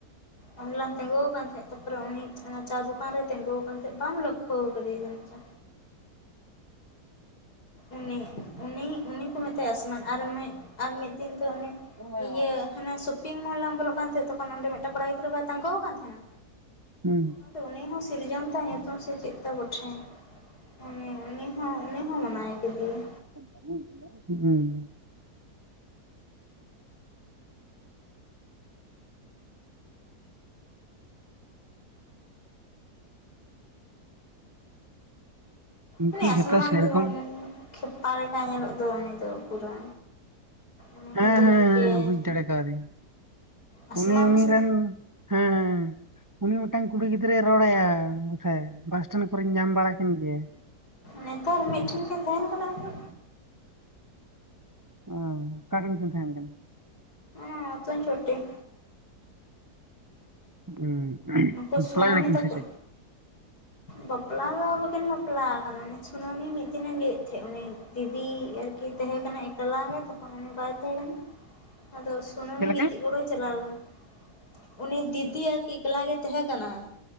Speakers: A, on the left (about 70°); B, on the right (about 15°).
A: ᱚᱱᱮ ᱞᱟᱝ ᱛᱤᱸᱜᱩᱣ ᱠᱟᱱ ᱛᱟᱦᱮᱸᱜ ᱛᱟᱯᱚᱨᱮ ᱩᱱᱤ ᱚᱱᱟ ᱪᱟ ᱫᱚᱠᱟᱱ ᱨᱮᱭ ᱛᱤᱸᱜᱩᱣ ᱠᱟᱱ ᱛᱟᱦᱮᱸᱜ ᱵᱟᱢ ᱞᱚᱠᱠᱷᱚᱣ ᱠᱟᱫᱮᱭᱟ ᱡᱟᱹᱱᱤᱡ ᱪᱚ᱾ ᱩᱱᱤ ᱩᱱᱤ ᱩᱱᱤ ᱠᱚ ᱢᱮᱛᱟᱭᱟ ᱥᱢᱟᱱ ᱟᱨ ᱢᱤᱜ ᱟᱨ ᱢᱤᱫ ᱫᱤᱱ ᱫᱚ ᱩᱱᱤ
B: ᱞᱮᱱᱟ
A: ᱤᱭᱟᱹ ᱦᱟᱱᱮ ᱥᱚᱯᱤᱝ ᱢᱚᱞ ᱞᱟᱝ ᱵᱚᱞᱚᱜ ᱠᱟᱱ ᱛᱟᱦᱮᱸᱜ ᱛᱚᱠᱷᱚᱱ ᱚᱸᱰᱮ ᱢᱤᱫᱴᱟᱝ ᱠᱚᱲᱟ ᱜᱤᱫᱽᱨᱟᱹ ᱵᱟᱭ ᱛᱟᱸᱜᱩᱣ ᱠᱟᱱ ᱛᱟᱦᱮᱸᱱᱟ?
B: ᱦᱩᱸ
A: ᱟᱫᱚ ᱩᱱᱤ ᱦᱚᱸ ᱥᱤᱨᱡᱚᱱ ᱛᱟᱭᱟ ᱧᱩᱛᱩᱢ ᱥᱮ ᱪᱮᱫᱛᱟᱭ ᱵᱚᱴᱷᱮ᱾ ᱩᱱᱤ ᱩᱱᱤ ᱦᱚᱸ ᱩᱱᱤ ᱦᱚᱸ ᱢᱱᱟᱭ ᱠᱮᱫᱮᱭᱟ᱾
B: ᱩᱸ ᱩᱱᱠᱩ
A: ᱩᱱᱤ ᱟᱥᱢᱟᱱ
B: ᱡᱷᱚᱛᱚ ᱥᱮᱨᱚᱠᱚᱢ
A: ᱫᱚ ᱠᱷᱮᱯᱟ ᱞᱮᱠᱟ ᱧᱮᱞᱚᱜ ᱫᱚ ᱩᱱᱤ ᱫᱚ ᱯᱩᱨᱟᱹ᱾ ᱩᱱᱤ
B: ᱦᱮᱸ
A: ᱦᱮᱸᱫᱮ
B: ᱦᱮᱸ
A: ᱧᱚᱜ ᱜᱮᱭᱟᱭ
B: ᱦᱮᱸ ᱵᱩᱡ ᱫᱟᱲᱮ ᱠᱟᱣᱫᱤᱧ
A: ᱟᱥᱢᱟᱱ
B: ᱩᱱᱤ ᱩᱱᱤ
A: ᱥᱮ
B: ᱨᱮᱱ ᱦᱮᱸ ᱦᱮᱸ ᱦᱮᱸ ᱩᱱᱤ ᱢᱤᱫᱴᱟᱝ ᱠᱩᱲᱤ ᱜᱤᱫᱽᱨᱟᱹᱭ ᱨᱚᱲᱟᱭᱟ ᱵᱚᱴᱷᱮ ᱵᱟᱥ ᱥᱴᱮᱱᱰ ᱠᱚᱨᱮᱧ ᱧᱟᱢ ᱵᱟᱲᱟ ᱠᱤᱱ ᱜᱮᱭᱟ᱾
A: ᱱᱮᱛᱟᱨ ᱢᱤᱫᱴᱷᱮᱱ ᱠᱤᱱ ᱛᱟᱦᱮᱱ ᱠᱟᱱᱟ ᱩᱱᱠᱤᱱ᱾
B: ᱚᱸ ᱚᱠᱟᱴᱷᱮᱱ ᱠᱤᱱ ᱛᱟᱦᱮᱱ ᱠᱟᱱᱟ?
A: <unintelligible> ᱪᱷᱴᱴᱤ
B: ᱦᱩᱸ
A: ᱩᱱᱠᱩ ᱥᱩᱱᱟᱹᱢᱤ
B: ᱵᱟᱯᱞᱟᱭ ᱠᱤᱱ
A: ᱛᱟᱠᱚ
B: ᱥᱮ ᱪᱮᱜ?
A: ᱵᱟᱯᱞᱟ ᱫᱚ ᱵᱟᱠᱤᱱ ᱵᱟᱯᱞᱟᱣ ᱠᱟᱱᱟ ᱩᱱᱤ ᱥᱩᱱᱟᱹᱢᱤ ᱢᱤᱫ ᱫᱤᱱᱮ ᱞᱟᱹᱭᱮᱜ ᱛᱟᱦᱮᱸᱜ ᱩᱱᱤ ᱫᱤᱫᱤ ᱟᱨᱠᱤ ᱛᱟᱦᱮᱸ ᱠᱟᱱᱟ ᱮᱠᱞᱟ ᱜᱮ ᱛᱚᱠᱷᱚᱱ ᱩᱱᱤ ᱵᱟᱭ ᱛᱟᱦᱮᱸ ᱠᱟᱱᱟ ᱟᱫᱚ ᱥᱩᱱᱟᱹᱢᱤ
B: ᱪᱮᱫ ᱞᱮᱠᱟ?
A: ᱜᱤᱛᱤᱜ ᱜᱚᱲᱚᱣ ᱪᱟᱞᱟᱣ ᱞᱮᱱᱟ᱾ ᱩᱱᱤ ᱫᱤᱫᱤ ᱟᱨᱠᱤ ᱮᱠᱞᱟ ᱜᱮ ᱛᱟᱦᱮᱸ ᱠᱟᱱᱟᱭ᱾